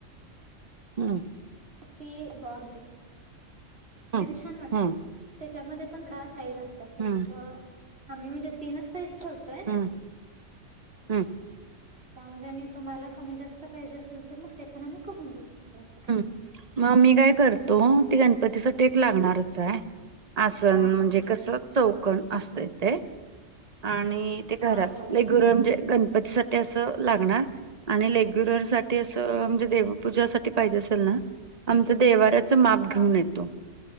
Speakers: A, on the right; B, on the right.
A: हम्.
B: ती ब्रॉड घ्या.
A: हम्म
B: ते पण छान वाटत.
A: हम्म
B: त्याच्यामध्ये पण <unintelligible> साइज असत्यात. एक
A: हम्म
B: आम्ही म्हणजे तीनचं साईज ठेवतोयं.
A: हम्म हम्म
B: त्यामध्ये आणि तुम्हाला कमी जास्त पाहिजे असेल तर मग ते पण आम्ही करून देऊ शकतो असं काही
A: हम्म.
B: नाही.
A: मग मी काय करतो. ती गणपतीसाठी एक लागणारच हाय. आसन
B: हा
A: म्हणजे
B: हा
A: कस चौकोन असत ते आणि ते घरात
B: हा होय
A: ल गुर म्हणजे गणपतीसाठी असं लागणार. आणि लेग्युलर साठी असं म्हणजे देवपूजासाठी -- पाहिजे असेल ना. आमच देवाऱ्याच माप
B: हा
A: घेऊन येतो.